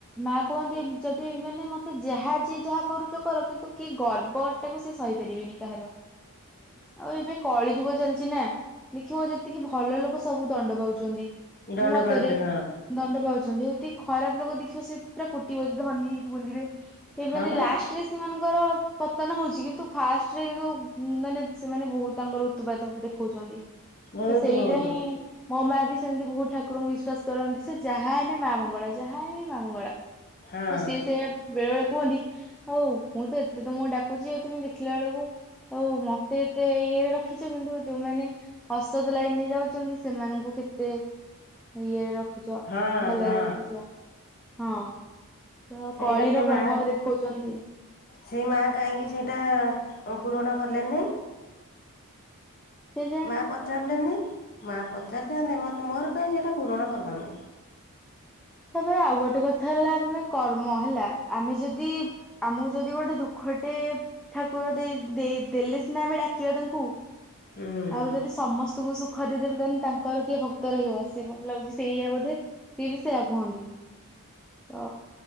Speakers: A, in the centre; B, on the left (about 40°).
A: ମା କୁହନ୍ତି? ଯଦି ମାନେ ମତେ ଯାହା ଯିଏ ଯାହା କରୁଛ କର କିନ୍ତୁ କିଏ ଗର୍ବ ସେଟାକୁ ସେ ସହିପାରିବେନି କାହାର ଆଉ ଏବେ କଳି ଯୁଗ ଚାଲିଛି ନା ଦେଖିବ ଯେତିକି ଭଲ ଲୋକ ସବୁ ଦଣ୍ଡ ପାଉଛନ୍ତି।
B: ଦଣ୍ଡ
A: ମତରେ
B: ପାଉଛନ୍ତି ହଁ
A: ଦଣ୍ଡ ପାଉଛନ୍ତି, ଯଦି ଖରାପ ଲୋକ ଦେଖିବ ସେ ପୁରା କୋଟିପତି ଧନୀ ହେଇକି ବୁଲିବେ। ଏମାନେ
B: ହଁ ବା
A: ଲାଷ୍ଟ। ସେମାନଙ୍କର ପତନ ହଉଛି କିନ୍ତୁ ଫାଷ୍ଟରେ କିୁ ମାନେ ସେମାନେ ବହୁତ ତାଙ୍କର ତୁ ବା ତ ଦେଖଉଛନ୍ତି।
B: ବହୁତ
A: ତ ସେଇଟା
B: ବହୁତ
A: ହିଁ ମୋ ମା ବି ସେମିତି ବହୁତ ଠାକୁରଙ୍କୁ ବିଶ୍ଵାସ କରନ୍ତି ସେ ଯାହା ହେନେ ମା ମଙ୍କର ମଙ୍ଗଳା ଯାହା ହେ ମା ମଙ୍ଗଳା।
B: ହଁ
A: ଆଉ ସିଏ ସେ ବେଳେ ବେଳେ କୁହନ୍ତି ଆଉ ମୁଁ ତ ଏତେ ତମକୁ ଡାକୁଛି ଆଉ ତମେ ଦେଖିଲା ବେଳକୁ ଆଉ ମତେ ଏତେ ଇଏରେ ରଖିଛ କିନ୍ତୁ ଯୋଉମାନେ ଔସତ ଲାଇନରେ ଯାଉଛନ୍ତି ସେମାନଙ୍କୁ କେତେ ଇଏରେ ରଖୁଛ
B: ହଁ
A: ଭଲରେ
B: ହଁ
A: ରଖୁଛ ହଁ। ତ
B: ସେଇଟା
A: କଳିର
B: ସେ
A: ପ୍ରଭାବ
B: ମା
A: ଦେଖଉଛନ୍ତି।
B: ସେଇ ମାଆ କାହିଁକି ସେଇଟା ପୂରଣ କଲେନି?
A: କେଜାଣି।
B: ମା ପଚାରିଲେନି ମା ପଚାରିଥାନ୍ତେ ମତେ ମୋର କାହିଁ ସେଇଟା ପୂରଣ କଲନି?
A: ତାପରେ ଆଉ ଗୋଟେ କଥା ହେଲା ଆମେ କର୍ମ ହେଲା ଆମେ ଯଦି ଆମକୁ ଯଦି ଗୋଟେ ଦୁଃଖ ଗୋଟେ ଠାକୁର ଦେଇ ଦେଇ ଦେଲେ ସିନା ଆମେ ଡାକିବା ତାଙ୍କୁ?
B: ହୁଁ।
A: ଆଉ ଯଦି ସମସ୍ତଙ୍କୁ ସୁ ଖ ଦେଇଦେବେ ତାନେ ତାଙ୍କର କିଏ ଭକ୍ତ ରହିବ ସେ ମତେ ଲାଗୁଛି ସେଇୟଆ ବୋଧେ। ସିଏ ବି ସେଇଆ କୁହନ୍ତି। ତ